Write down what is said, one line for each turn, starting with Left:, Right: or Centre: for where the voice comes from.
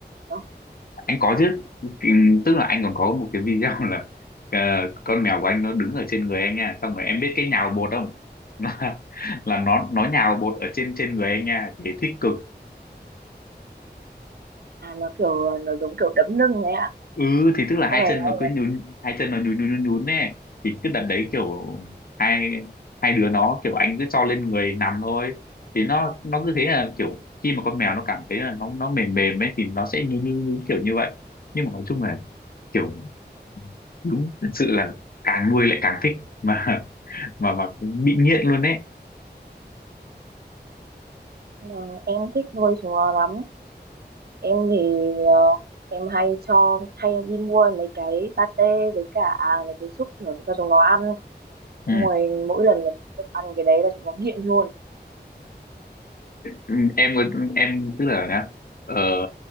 Right: không
Left: anh có chứ Kì- tức là anh còn có một cái video <laughs> là ờ, con mèo của anh nó đứng ở trên người anh nha xong rồi em biết cái nhào bột không <laughs> là, là nó nó nhào bột ở trên trên người anh nha thì thích cực
Right: à nó kiểu nó giống kiểu đấm lưng ấy ạ
Left: ừ thì tức là
Right: con
Left: hai
Right: mèo
Left: chân
Right: anh
Left: nó cứ
Right: đấy.
Left: nhún hai chân nó nhún nhún nhún nhún nè thì cứ đặt đấy kiểu hai hai đứa nó kiểu anh cứ cho lên người nằm thôi thì nó nó cứ thế là kiểu khi mà con mèo nó cảm thấy là nó nó mềm mềm ấy thì nó sẽ nhún nhún nhún kiểu như vậy nhưng mà nói chung là kiểu đúng thật sự là càng nuôi lại càng thích mà <laughs> mà mà bị nghiện luôn đấy
Right: Vâng, em thích nuôi chúng nó lắm em thì ờ, em hay cho hay đi mua mấy cái pate với cả à, mấy cái súp thưởng cho chúng nó ăn
Left: ừ.
Right: xong rồi mỗi lần mà chúng nó ăn cái đấy là chúng nó nghiện luôn
Left: Ừ, em có em tức là nhá ờ,